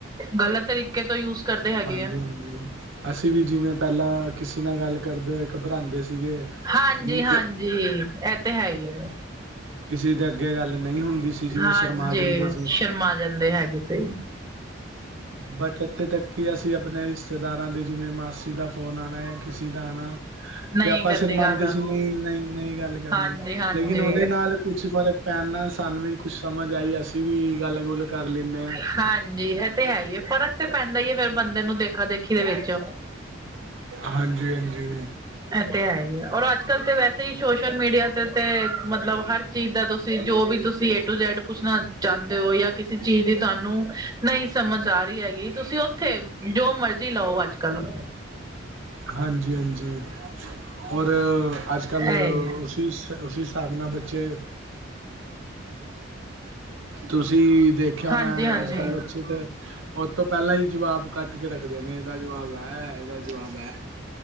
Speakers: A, on the right; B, on the right.
A: ਗਲਤ ਤਰੀਕੇ ਤੋਂ ਯੂਜ ਕਰਦੇ ਹੈਗੇ
B: ਹਾਂਜੀ,
A: ਆ
B: ਹਾਂਜੀ ਅਸੀਂ ਵੀ ਜਿਵੇਂ, ਪਹਿਲਾਂ ਕਿਸੇ ਨਾਲ ਗੱਲ ਕਰਦੇ ਹੋਏ ਘਬਰਾਉਂਦੇ ਸੀਗੇ।
A: ਹਾਂਜੀ,
B: ਅਮ,
A: ਹਾਂਜੀ ਐ ਤੇ ਹੈ ਹੀ ਆ।
B: ਕਿਸੇ ਦੇ ਅੱਗੇ ਗੱਲ ਨਹੀਂ ਹੁੰਦੀ ਸੀ ਜਿਵੇਂ,
A: ਹਾਂਜੀ
B: ਸ਼ਰਮਾ ਜਾਂਦੇ ਸੀ।
A: ਸ਼ਰਮਾ ਜਾਂਦੇ ਹੈਗੇ ਸੀ
B: ਬਟ ਇੱਥੇ ਤੱਕ ਕਿ ਅਸੀਂ ਆਪਨੇ ਰਿਸ਼ਤੇਦਾਰਾਂ ਦੇ ਜਿਵੇਂ, ਮਾਸੀ ਦਾ ਫੋਨ ਆਣਾ ਜਾਂ ਕਿਸੇ ਦਾ ਆਣਾ
A: ਨਹੀਂ
B: ਤੇ ਆਪਾਂ
A: ਕਰਨੀ
B: ਸ਼ਰਮਾਦੇ
A: ਗੱਲ
B: ਸੀ ਨਈ, ਨਈ, ਨਈ ਗੱਲ ਕਰਨੀ,
A: ਹਾਂਜੀ ਹਾਂਜੀ
B: ਲੇਕਿਨ ਓਦੇ ਨਾਲ ਕੁੱਛ ਫਰਕ ਪੈਣ ਨਾਲ ਸਾਨੂੰ ਵੀ ਕੁਛ ਸਮਝ ਆਈ ਅਸੀਂ ਵੀ ਗੱਲ ਗੁਲ ਕਰ ਲੈਂਨੇ ਆ।
A: ਹਾਂਜੀ ਤੇ ਹੈ ਹੀ ਫਰਕ ਤਾਂ ਪੈਂਦਾ ਈ ਏ ਫੇਰ ਬੰਦੇ ਨੂੰ ਦੇਖਾ ਦੇਖੀ ਦੇ ਵਿੱਚ।
B: ਹਾਂਜੀ, ਹਾਂਜੀ
A: ਤੇ ਹੈ ਹੀ ਹੈ ਔਰ ਅੱਜ-ਕੱਲ੍ਹ ਤਾਂ ਵੈਸੇ ਹੀ ਸੋਸ਼ਲ ਮੀਡੀਆ ਤੇ ਤੇ ਮਤਲਬ ਹਰ ਚੀਜ਼ ਦਾ ਤੁਸੀਂ ਜੋ ਵੀ ਤੁਸੀਂ ਟੂ ਜੈਡ ਪੁੱਛਣਾ ਚਾਂਦੇ ਓ ਜਾਂ ਕਿਸੇ ਚੀਜ਼ ਦੀ ਤੁਹਾਨੂੰ ਨਈ ਸਮਝ ਆ ਰਹੀ ਹੈਗੀ ਤੁਸੀਂ ਉੱਥੇ ਜੋ ਮਰਜੀ ਲਓ ਅੱਜ-ਕੱਲ
B: ਹਾਂਜੀ, ਹਾਂਜੀ ਔਰ, ਅੱਜ-ਕੱਲ
A: ਇਹ
B: ਉਸ ਹਿਸਾਬ ਨਾਲ ਬ ਅੱਜ, ਤੁਸੀਂ ਦੇਖਿਆ
A: ਹਾਂਜੀ
B: ‌ਨਾ
A: ਹਾਂਜੀ
B: ਅੱਜ ਕੱਲ ਵੱਚ ਤੇ ਓਤੋ ਤੋਂ ਪਹਿਲਾਂ ਈ ਜਵਾਬ ਕੱਡ ਕੇ ਰੱਖਦੇ ਨੇ ਇਹਦਾ ਜਵਾਬ ਐ, ਇਹਦਾ ਜਵਾਬ ਐ।